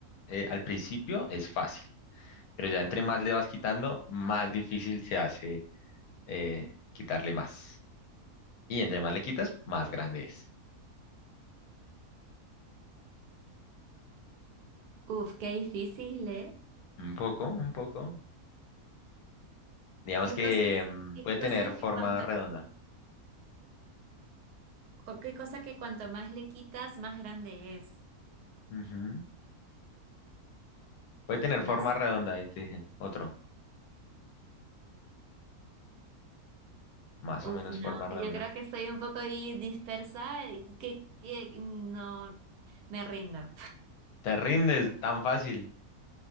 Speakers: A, on the left; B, on the right.
A: eh, al principio es fácil, pero ya entre más le vas quitando, más difícil se hace eh, quitarle más. Y entre más le quitas, más grande es.
B: Uf, qué difícil, ¿eh?
A: Un poco, un poco. Digamos
B: ¿Qué
A: que
B: cosas,
A: mm,
B: qué
A: puede
B: cosa
A: tener forma
B: que cuanto,
A: redonda.
B: co- qué cosa que cuanto más le quitas, más grande es?
A: Ujú. Puede
B: Uf,
A: tener
B: no,
A: forma
B: s-
A: redonda, ahí te dije. Otro, más
B: uf,
A: o menos
B: no.
A: forma
B: Yo
A: redonda.
B: creo que estoy un poco ahí dispersa. y Que, que no, me rindo.
A: Te rindes tan fácil.